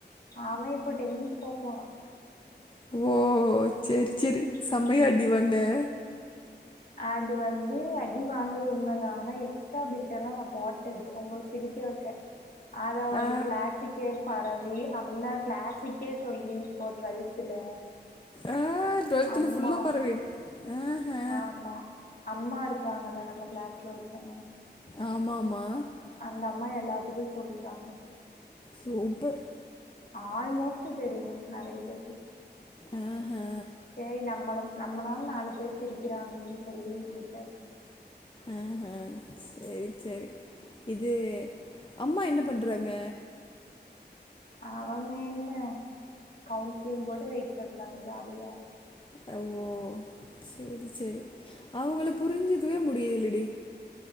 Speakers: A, on the left; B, on the left.
A: அவ இப்ப டென்த்து போ போறா
B: ஓ சேரி சேரி செம்மையா
A: ம்
B: அடி வாங்கன
A: அது வந்து அடி வாங்கனது உண்மதா ஆனா எக்ஸ்ட்டா பிட்டெல்லா நா போட்டது உங்களுக் சிரிக்க வைக்க ஆதா வந்து
B: ஆ
A: கிளாசிக்கு பரவி ஹம்ண்ணா கிளாஸுக்கே சொல்லி இப்போ டுவெல்த்துல
B: ஆ டுவெல்த்துல
A: அம்மா
B: ஃபுல்லா பரவி ஆ ஹா
A: ஆமா அம்மா இருக்காங்கல்ல நம்ம கிளாஸ்ல ஒருத்தங்க
B: ஆமா ஆமா
A: அந்த அம்மா எல்லாத்திட்டயு சொல்ட்டாங்க
B: சூப்பர்
A: ஆல்மோஸ்ட் தெரியு நெறைய பேத்துக்கு
B: ஆ ஹா
A: சேரி நம்மள நம்மனால நாலு பேர் சிரிக்கிறாங்களேன் சொல்லி விட்டா
B: ஆ ஹா செரி செரி இது அம்மா என்ன பண்றாங்க
A: அவங்க என்ன கவுன்சிலிங் போட்டு வெய்ட் பண்றாங்க ஜாலியா
B: அ ஓ செரி செரி அவங்கள புரிஞ்சிக்கவே முடியலடி